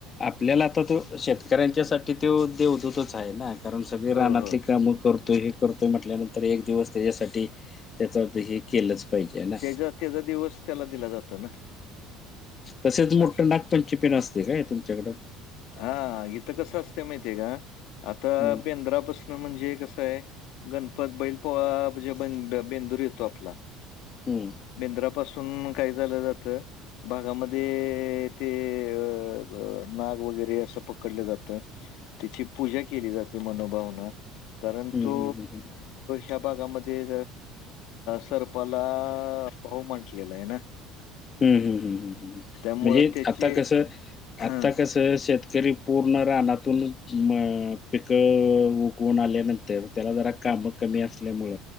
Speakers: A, on the left; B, on the left.
A: आपल्याला आता तो शेतकऱ्यांच्यासाठी तो देवदूतच आहे ना कारण सगळे
B: हो,
A: रानातली
B: हो.
A: कामं करतोय करतोय म्हटल्यानंतर एक दिवस त्याच्यासाठी त्याच हे केलंच पाहिजे ना
B: त्याचा त्याचा दिवस त्याला दिला जातो ना.
A: तसेच मोट्ट
B: असं.
A: नागपंचमी पण असते काय तुमच्याकड?
B: हा इथं कस असते माहितीय हाय का आता
A: हम्म
B: बेंद्रापसून म्हणजे कस आहे गणपत, बैल पोळा म्हणजे ब बेंदूर येतो आपला
A: हम्म.
B: बेंद्रापासून मी काय झाल जात भागामध्ये ते अ नाग वगैरे असं पकडले जाता.
A: ह <inaudible>
B: त्याची पूजा केली जाते मनोभावन कारण
A: हम्म
B: तो
A: हम्म हम्म
B: या भागांमध्ये सरपाल ला भाऊ म्हटलेल आहे ना.
A: हम्म, हम्म, हम्म
B: त्यामुळं
A: म्हणजे
B: त्याची
A: आता कसं
B: हां,
A: आता कसं त शेतकरी पूर्ण रानातून म पिकं उगवून आल्यानंतर तर त्याला जरा काम कमी असल्यामुळ